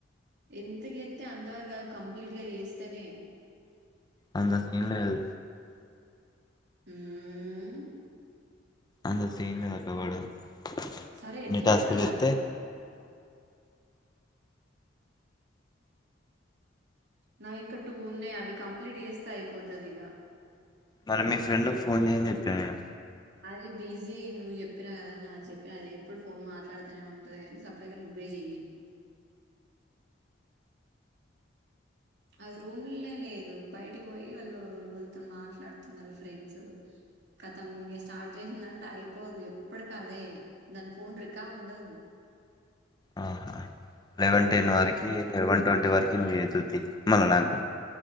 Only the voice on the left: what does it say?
అంత సీన్ లేదు
అంత సీన్ లేదు <unintelligible>
ఇన్ని
టాస్కులు
చెత్తే
మన మీ ఫ్రెండ్ కు ఫోన్ జెసి జెప్పిన నేను
ఆ లెవెన్ టెన్
వరకి వన్ ట్వంటీ వర్ ఎరవై ఏదోతి మన నాకు